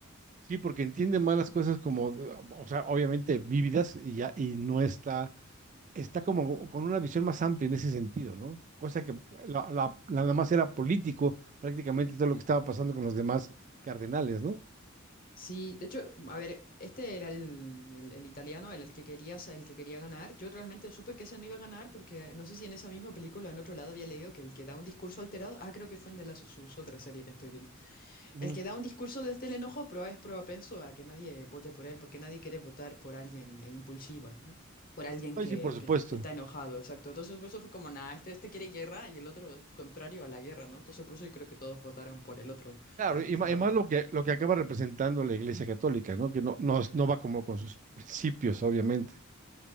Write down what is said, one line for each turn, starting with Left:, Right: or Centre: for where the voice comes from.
Right: Sí, porque entiende más las cosas como, o sea, obviamente vívidas y ya, y no está, está como con una visión más amplia en ese sentido, ¿no? Cosa que la, la- nada más era político prácticamente todo lo que estaba pasando con los demás cardenales, ¿no?
Left: Sí, de hecho, a ver, este era el, el- el italiano, el, el que quería, sa- el que quería ganar. Yo realmente supe que ese no iba a ganar porque eh, no sé si en esa misma película, en otro lado, había leído que el que da un discurso alterado, ah, creo que fue en The Last of Us, otra serie que estoy viendo.
Right: Ujú.
Left: El que da un discurso desde el enojo, pero es propenso a que nadie vote por él, porque nadie quiere votar por alguien eh, impulsivo, ¿no? Por alguien
Right: Ay,
Left: que,
Right: sí, por supuesto.
Left: que- que está enojado, exacto. Entonces, por eso fue como, nada, este, este quiere guerra y el otro es contrario a la guerra, ¿no? Entonces, por eso yo creo que todos votaron por el otro
Right: Claro,
Left: para
Right: y
Left: que fuera
Right: ma- y más
Left: papa.
Right: lo que, lo que acaba representando la Iglesia Católica, ¿no? Que no, no, es- no va como con sus principios, obviamente.